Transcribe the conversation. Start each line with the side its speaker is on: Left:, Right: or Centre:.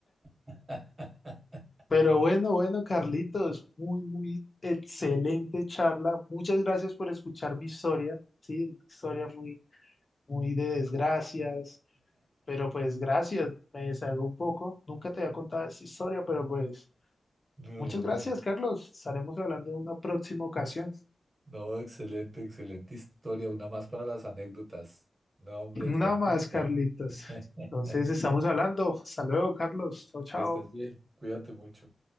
Right: <laughs>
Left: Pero bueno, bueno, Carlitos, muy, muy excelente charla. Muchas gracias por escuchar mi historia, sí, una historia muy, muy de desgracias, pero pues gracias, me deshago un poco. Nunca te había contado esta historia, pero pues
Right: No,
Left: muchas
Right: hombre.
Left: gracias, Carlos. Estaremos hablando en una próxima ocasión.
Right: No, excelente, excelente historia. Una más para las anécdotas. No, hombre,
Left: Una
Right: con
Left: más,
Right: gusto.
Left: Carlitos.
Right: <laughs>
Left: Entonces, estamos hablando. Hasta luego, Carlos. Chao, chao.
Right: Que estés bien. Cuídate mucho.